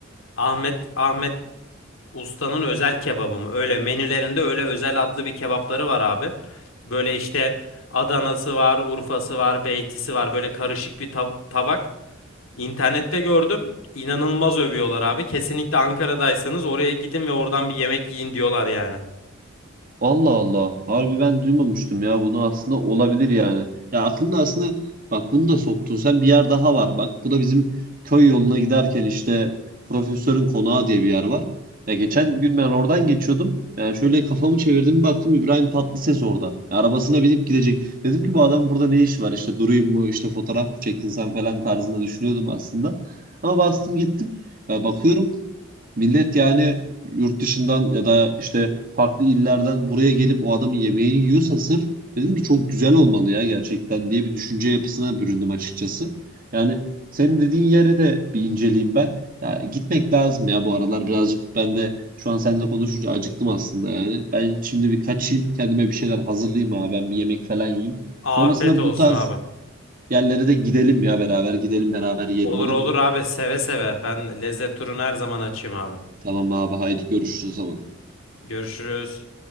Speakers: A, on the left; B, on the right.
A: Ahmet Ahmet Usta'nın özel kebabı mı? Öyle menülerinde öyle özel adlı bir kebapları var abi. Böyle işte Adana'sı var, Urfa'sı var, Beyti'si var. Böyle karışık bir tab- tabak. İnternette gördüm. İnanılmaz övüyorlar abi. Kesinlikle Ankara'daysanız oraya gidin ve oradan bir yemek yiyin diyorlar yani.
B: Allah Allah. Harbi ben duymamıştım ya bunu aslında olabilir yani. Ya aklımda aslında bak bunu da soktun sen bir yer daha var bak. Bu da bizim köy yoluna giderken işte profesörün konağı diye bir yer var. Ya geçen gün ben oradan geçiyordum. Yani şöyle kafamı çevirdim bir baktım İbrahim Tatlıses orada. Ya arabasına binip gidecek. Dedim ki bu adam burada ne iş var işte durayım mı işte fotoğraf mı çekinsem falan tarzında düşünüyordum aslında. Ama bastım gittim. Ya bakıyorum Millet yani yurt dışından ya da işte farklı illerden buraya gelip o adamın yemeğini yiyorsa sırf dedim ki çok güzel olmalı ya gerçekten diye bir düşünce yapısına büründüm açıkçası. Yani senin dediğin yere de bir inceleyeyim ben. Ya gitmek lazım ya bu aralar birazcık ben de şu an seninle konuşunca acıktım aslında yani. Ben şimdi bir kaçayım kendime bir şeyler hazırlayayım abi ben bir yemek falan yiyeyim.
A: Afiyet
B: Sonrasında
A: olsun
B: bu tarz
A: abi.
B: yerlere de gidelim ya beraber gidelim beraber yiyelim
A: Olur
B: olur
A: olur
B: mu?
A: abi seve seve. Ben lezzet turunu her zaman açayım abi.
B: Tamam abi haydi görüşürüz o zaman.
A: Görüşürüz.